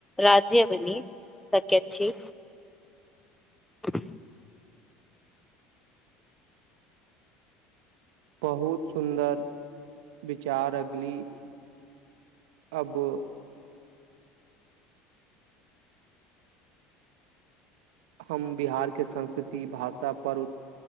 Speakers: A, in the centre; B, on the right.
A: राज्य बनी सकेत छी हू
B: बहुत सुन्दर विचार अगली अब हम बिहारके संस्कृति भाषा पर्व